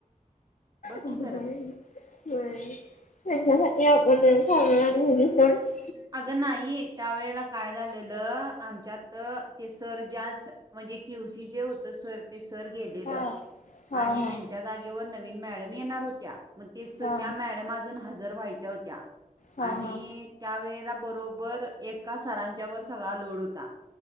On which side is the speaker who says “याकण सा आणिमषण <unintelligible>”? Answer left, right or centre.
Left